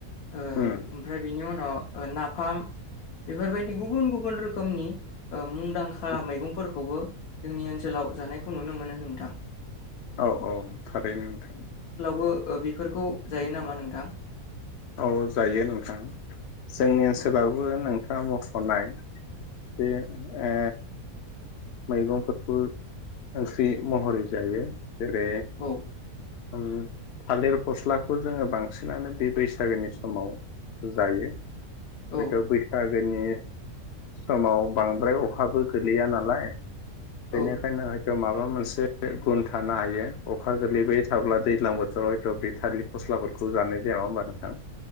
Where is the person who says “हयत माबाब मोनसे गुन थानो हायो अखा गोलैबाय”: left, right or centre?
Left